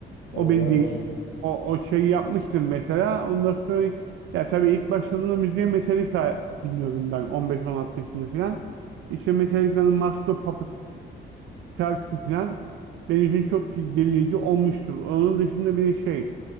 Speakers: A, on the left; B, on the right.
A: O
B: O beni
A: bayağı
B: değil.
A: uzun.
B: O, o şeyi yapmıştır mesela. Ondan sonra ya tabii ilk başladığımda müziğe Metallica dinliyordum ben 15-16 yaşında falan. İşte Metallica'nın Master of Puppets şarkısı falan benim için çok belirleyici olmuştur. Onun dışında bir de şey